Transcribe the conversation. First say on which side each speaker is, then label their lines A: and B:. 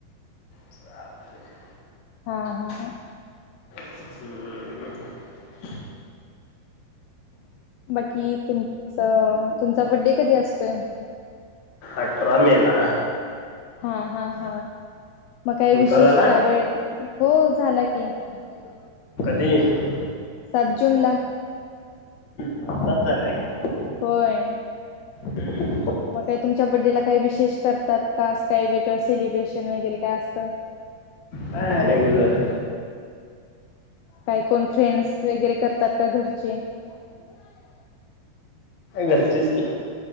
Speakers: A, on the left (about 60°); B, on the left (about 85°).
A: चालतंय
B: हा हा हा.
A: हम ह.
B: बाकी तुमचं तुमचा बड्डे कधी असतोयं?
A: अठरा मे ला.
B: हा हा हा, मग काय
A: तुमचा
B: विशेष
A: झाला?
B: त्यावेळी, हो झाला की. आणि त्या <unintelligible>
A: ते <unintelligible> न
B: सात जून ला.
A: आत्ताच झाला की.
B: होय.
A: हम्म.
B: मग काही तुमच्या बडेला काही विशेष करतात का काही वेगळं सेलिब्रेशन वगैरे काय असतं.
A: नाय रेगुलर.
B: काय कोण फ्रेंड्स वगैरे करतात का घरी. चेे <unintelligible>
A: घरचेच की.